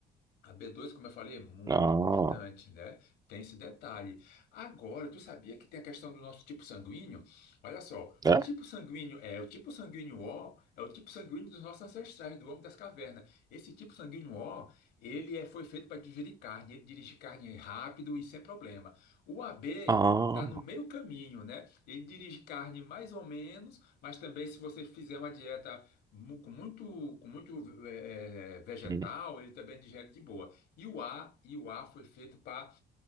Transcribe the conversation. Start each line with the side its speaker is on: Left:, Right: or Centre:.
Left: A b dois, como eu falei, é muito
Right: ah,
Left: importante, né? Tem esse detalhe. Agora, tu sabia que tem a questão do nosso tipo sanguíneo? Olha só,
Right: é?
Left: o tipo sanguíneo é o tipo sanguíneo O, é o tipo sanguíneo dos nossos ancestrais, do homem das cavernas. Esse tipo sanguíneo O, ele é, foi feito para digerir carne, ele dirige carne rápido e sem problema. O A B
Right: Ah,
Left: está no meio caminho, né? Ele dirige carne mais ou menos, mas também se você fizer uma dieta mu- com muito, com muito é, é, vegetal,
Right: hum,
Left: ele também digere de boa. E o A, e o A foi feito para